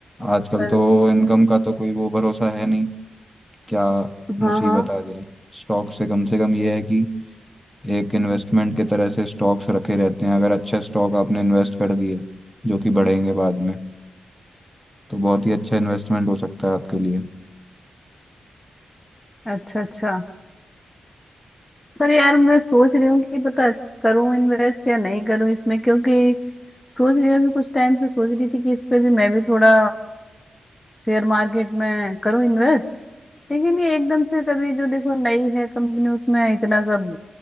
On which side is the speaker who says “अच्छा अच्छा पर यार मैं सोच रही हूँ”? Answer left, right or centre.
Left